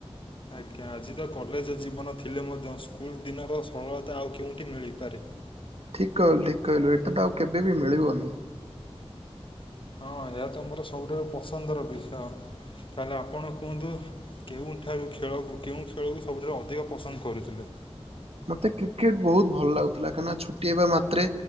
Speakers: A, on the left (about 50°); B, on the right (about 65°).
A: ଆଜ୍ଞା। ଆଜି ତ କଲେଜ ଜୀବନ ଥିଲେ ମଧ୍ୟ ସ୍କୁଲ ଦିନର ସରଳତା ଆଉ କେଉଁଠି ମିଳିପାରେ।
B: ଠିକ କହିଲୁ ଠିକ କହିଲୁ ଏଇଟା ତ ଆଉ କେବେ ବି ମିଳିବନି
A: ହଁ ଏହା ତମର ସବୁଠାରୁ ପସନ୍ଦର ବିଷୟ ତାହେଲେ ଆପଣ କୁହନ୍ତୁ କେଉଁଠାରୁ ଖେଳକୁ କେଉଁ ଖେଳକୁ ସବୁଠାରୁ ଅଧିକ ପସନ୍ଦ କରୁଥିଲେ
B: ମତେ କ୍ରିକେଟ ବହୁତ ଭଲ ଲାଗୁଥିଲା କାହିଁକିନା ଛୁଟି ହେବା ମାତ୍ରେ